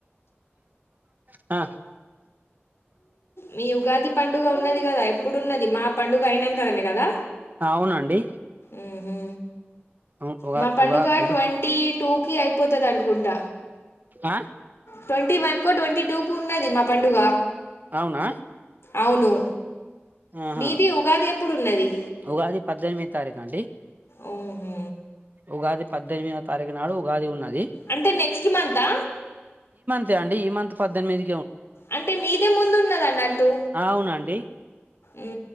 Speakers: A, on the right (about 45°); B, on the left (about 70°).
A: ఆ
B: మీ ఉగాది పండుగ ఉన్నది కదా ఎప్పుడున్నది మా పండుగ అయినంకదనె కదా
A: అవునండి
B: ఉహు
A: ఉ ఉగా
B: మా పండుగ
A: ఉగా ఉగా
B: ట్వంటీ టూ కి అయిపోతది అనుకుంట
A: ఆ
B: ట్వంటీ వన్ క్క ట్వంటీ టూ కు ఉన్నది మా పండుగ
A: అవునా
B: అవును
A: ఆహా
B: మీది ఉగాది ఎప్పుడు ఉన్నది
A: ఉగాది పద్దెనిమిది తారీఖ అండి
B: ఓహు
A: ఉగాది పద్దెనిమిదో తారీఖు నాడు ఉగాది ఉన్నది
B: అంటే నెక్స్ట్ మంతా
A: తే అండి ఈ మంత్ పద్దెనిమిది
B: అంటే మీదె ముందుఉన్నదన్నట్టు
A: ఆ అవునండి
B: ఉ